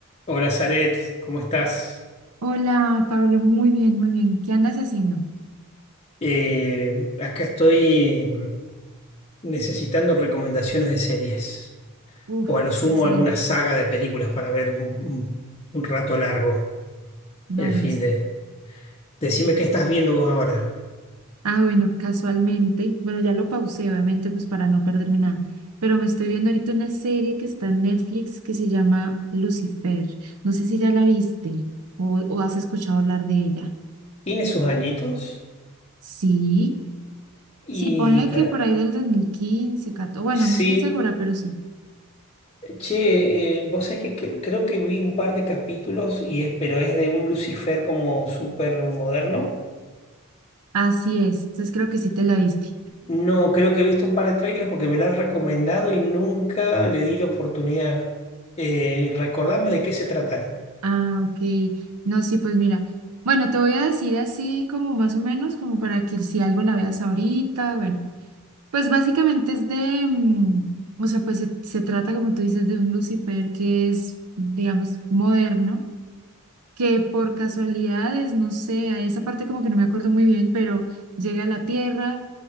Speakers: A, on the left; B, on the right.
A: Hola, Zaret, ¿cómo estás?
B: Hola, Pablo, muy bien, muy bien. ¿Qué andas haciendo?
A: Eh, acá estoy mm, necesitando recomendaciones de series
B: Uf,
A: o a lo sumo
B: excelente.
A: alguna saga de películas para ver un, un- un rato largo
B: No,
A: el fin
B: pues.
A: de... Decime qué estás viendo vos ahora.
B: Ah, bueno, casualmente, bueno, ya lo pausé, obviamente, pues para no perderme nada, pero me estoy viendo ahorita una serie que está en Netflix que se llama Lucifer. No sé si ya la viste o, o has escuchado hablar de ella.
A: Tiene sus añitos
B: Sí,
A: y...
B: sí, ponle
A: tra-
B: que por ahí del 2015, 14, bueno,
A: Sí,
B: no estoy segura, pero sí.
A: che, eh, vos sabés que cre- creo que vi un par de capítulos, y es- pero es de un Lucifer como súper moderno.
B: Así es, entonces creo que sí te la viste.
A: No, creo que he visto un par de trailers porque me la han recomendado y nunca le di la oportunidad. Eh, recordame de qué se trata.
B: Ah, ok. No, sí, pues mira. Bueno, te voy a decir así como más o menos, como para que si algo la veas ahorita, bueno. Pues básicamente es de, mm, o sea, pues se, se trata, como tú dices, de un Lucifer que es, digamos, moderno, que por casualidades, no sé, a esa parte como que no me acuerdo muy bien, pero llega a la Tierra,